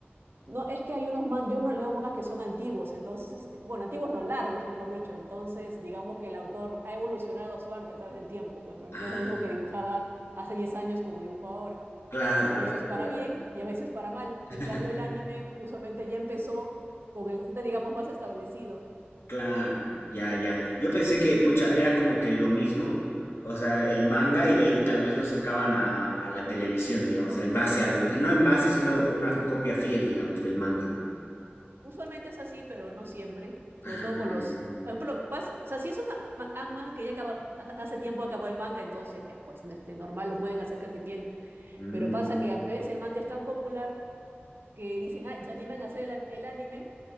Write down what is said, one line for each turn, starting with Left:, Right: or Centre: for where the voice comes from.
Right: No, es que hay unos mangas, yo no leo mangas que son antiguos, entonces, este, bueno, antiguos no, largos, mejor dicho. Entonces, digamos que el autor ha evolucionado su arte a través del tiempo, pues no, no
Left: Ah,
Right: es lo mismo que dibujaba hace 10 años como dibujo ahora.
Left: claro,
Right: A
Left: claro,
Right: veces para
Left: claro.
Right: bien y a veces para mal.
Left: <laughs>
Right: En cambio, el anime usualmente ya empezó con el arte, digamos, más establecido.
Left: Claro, ya, ya. Yo pensé que, pucha, era como que lo mismo, o sea, el manga y de ahí tal vez lo sacaban a, a la televisión, digamos, en base al, ma- no en base, sino una copia fiel, digamos, del manga.
Right: Usualmente es así, pero no siempre, sobre
Left: Ah,
Right: todo con los...
Left: ya.
Right: Por ejemplo, pas- o sea, si es una, ma- un manga que ya acaba, hace tiempo acabó el manga, entonces ya, pues, este, normal, lo pueden hacer casi fiel.
Left: Mm,
Right: Pero pasa que a veces el manga es tan popular que dicen, ah, se animan a hacer el, an- el anime